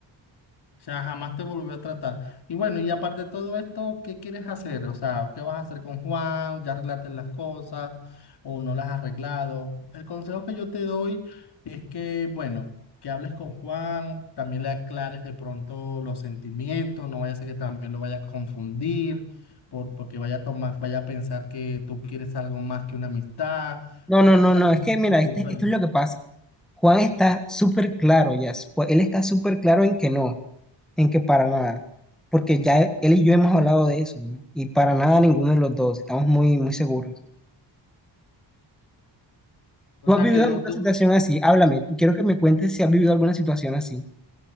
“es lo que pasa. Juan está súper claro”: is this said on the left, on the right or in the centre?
Centre